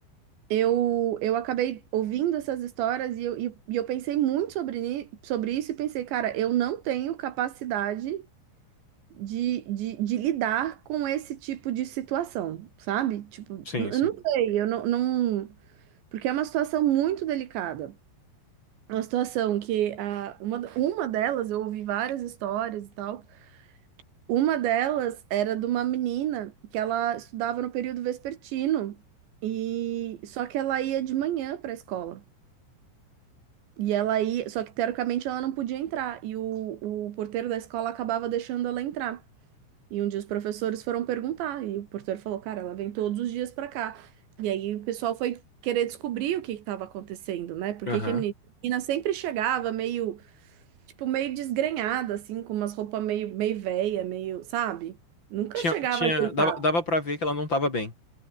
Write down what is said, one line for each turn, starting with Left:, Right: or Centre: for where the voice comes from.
Right: eu, eu acabei ouvindo essas histórias e eu, e, e eu pensei muito sobre, ni- sobre isso e pensei, cara, eu não tenho capacidade de, de, de lidar com esse tipo de situação, sabe? Tipo,
Left: Sim,
Right: n-
Left: sim.
Right: eu não sei, eu não, não... Porque é uma situação muito delicada. É Uma situação que a, uma, uma delas, eu ouvi várias histórias e tal, uma delas era de uma menina que ela estudava no período vespertino e só que ela ia de manhã para a escola. E ela aí, só que teoricamente ela não podia entrar, e o, o porteiro da escola acabava deixando ela entrar. E um dia os professores foram perguntar, e o porteiro falou: Cara, ela vem todos os dias pra cá. E aí o pessoal foi querer descobrir o que que estava acontecendo, né? Por
Left: Aham.
Right: que que a menina a menina sempre chegava meio, tipo, meio desgrenhada, assim, com umas roupas meio, meio velha, meio, sabe? Nunca
Left: Tinha,
Right: chegava
Left: tinha,
Right: ajeitada.
Left: dava, dava pra ver que ela não tava bem.